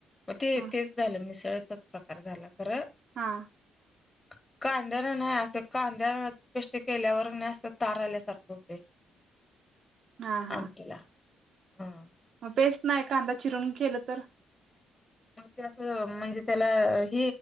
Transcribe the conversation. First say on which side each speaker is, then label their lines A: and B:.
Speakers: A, on the left; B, on the right.
A: मग ते
B: हा
A: तेच झालं मिसळचाच प्रकार झाला खरं
B: हां
A: <inaudible> कांद्यान नाही असं कांद्या पेष्ट केल्यावर नाही असं तार आल्यासारखं होते <inaudible>
B: हा हा
A: आमटीला हां.
B: मग पेस्ट नाही कांदा चिरून केलं तर
A: मग ते असं म्हणजे त्याला ह